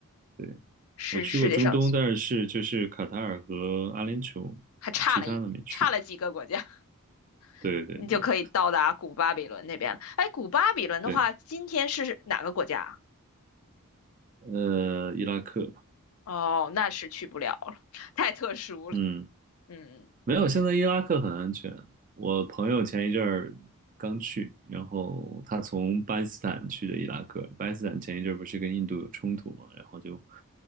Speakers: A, on the right (about 35°); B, on the left (about 70°).
A: 对，
B: 是世界上
A: 我去过中东，但是就是卡塔尔和阿联酋，
B: 还差了一差了几个国家，
A: 其他的没去过。
B: <laughs>
A: 对对对
B: 你就可以到达古巴比伦那边了。哎，古巴比伦的话，
A: 对，
B: 今天是哪个国家啊
A: 呃，伊拉克，
B: 哦，那是去不了了，太特殊了。
A: 嗯。
B: 嗯。
A: 没有，现在伊拉克很安全。我朋友前一阵儿刚去，然后他从巴基斯坦去的伊拉克。巴基斯坦前一阵儿不是跟印度有冲突嘛，然后就